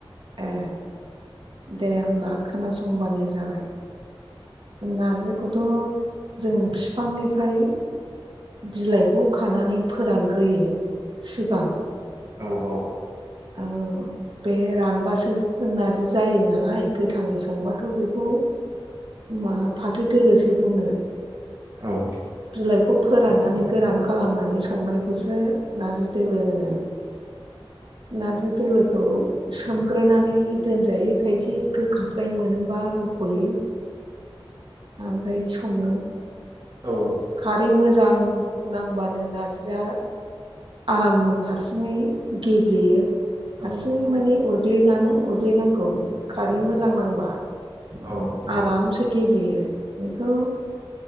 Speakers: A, on the right; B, on the right.
A: ए दे होमबा खोनासंबानो जाबाय नारजिखौथ' जों फिफांनिफ्राय बिलाइखौ खानानै फोरानग्रोयो सिगां
B: औ औ
A: औ बे रानबासो नारजि जायो नालाय गोथाङै संबाथ' बेखौ मा फाथो दोलोसो बुङो
B: औ
A: बिलाइखौ फोराननानै गोरान खालामनानै संनायखौसो नारजि दोलो होनो नारजो दोलोखौ सोमग्रोनानै दोनजायो खायसे गोखाद्राय मोनोब्ला रुख'यो ओमफ्राय सङो
B: औ
A: खारै म मोजां नांबानो नारजिया आराम हारसिङै गेब्लेयो हारसिङै
B: औ
A: माने अरग ग्नां उरग्लिनांगौ खारै मोजां नांबा
B: औ
A: आरामसे गेब ब्लेयो बेखौ